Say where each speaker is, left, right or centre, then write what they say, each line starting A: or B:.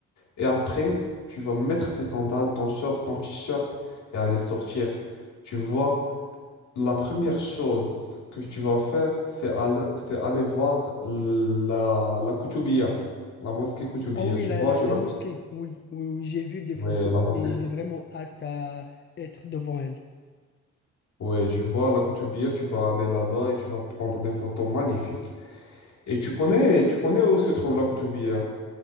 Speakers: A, on the left; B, on the left.
A: Et après, tu vas mettre tes sandales, ton short, ton t-shirt et aller sortir. Tu vois, la première chose que tu vas faire, c'est aller, c'est aller voir la, la Koutoubia, la mosquée Koutoubia.
B: Ah oui,
A: Tu
B: la,
A: vois,
B: la,
A: tu
B: la
A: la
B: mosquée,
A: connais?
B: oui, oui, oui, j'ai vu des
A: Oui,
B: photos
A: la mosquée
B: et j'ai vraiment hâte à être devant elle.
A: Ouais, tu vois, la Koutoubia, tu vas aller là-bas et tu vas prendre des photos magnifiques. Et tu connais, tu connais où se trouve la Koutoubia?